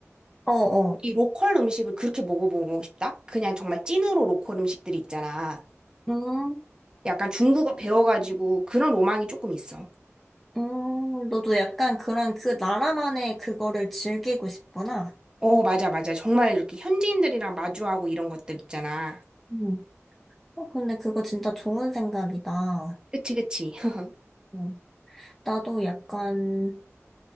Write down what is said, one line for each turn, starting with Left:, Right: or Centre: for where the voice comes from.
Centre: 어어.
Right: 이 로컬 음식을 그렇게 먹어보고 싶다? 그냥 정말 찐으로 로컬 음식들이 있잖아.
Centre: 음,
Right: 약간 중국어 배워가지고 그런 로망이 조금 있어.
Centre: 음, 너도 약간 그런 그 나라만의 그거를 즐기고 싶구나.
Right: 어, 맞아, 맞아. 정말 이렇게 현지인들이랑 마주하고 이런 것들 있잖아.
Centre: 응. 어, 근데 그거 진짜 좋은 생각이다.
Right: 그치, 그치. <laughs>
Centre: 응. 나도 약간,